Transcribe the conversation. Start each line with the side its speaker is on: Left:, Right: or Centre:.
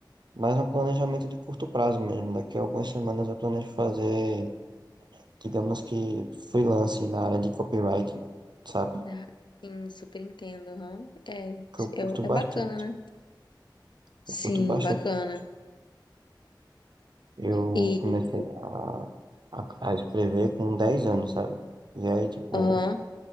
Right: Mas um planejamento de curto prazo mesmo. Daqui a algumas semanas eu planejo fazer, digamos que, freelance na área de copywriting, sabe?
Left: Ah, sim, super entendo. aham. É,
Right: Que
Left: isso-
Right: eu curto
Left: eu- é
Right: bastante.
Left: bacana, né?
Right: Eu
Left: Sim,
Right: curto bastante.
Left: bacana.
Right: Eu
Left: E.
Right: comecei a, a, a escrever com 10 anos, sabe? E aí, tipo,
Left: Aham,